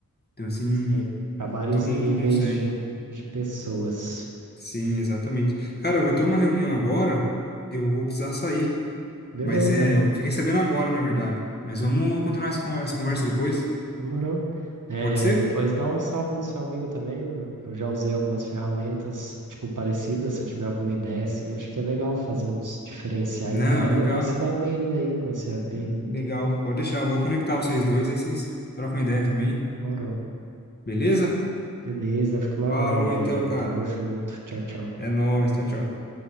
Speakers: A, on the left; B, on the right.
A: Então, assim,
B: sei. Para vários
A: todo mundo
B: níveis
A: consegue.
B: de, de pessoas.
A: Sim, exatamente. Cara, eu vou ter uma reunião agora, eu vou precisar sair,
B: Beleza,
A: mas é, eu fiquei sabendo agora, na verdade. Mas vamos continuar essa conversa, essa conversa depois?
B: demorou. É,
A: Pode ser?
B: depois dá um salve no seu amigo também. Eu eu já usei algumas ferramentas, tipo, parecidas. Se eu tiver alguma ideia, assim, acho que é legal fazer uns diferenciais
A: Não,
B: lá.
A: legal.
B: Ele vai se dar bem daí com esse app. aí.
A: Legal, pode deixar, vou conectar vocês dois, aí vocês trocam ideia também,
B: Demorou.
A: beleza?
B: Beleza, fico no aguardo
A: Falou então,
B: aí.
A: cara.
B: Tamo junto. Tchau, tchau.
A: É nóis. Tchau, tchau.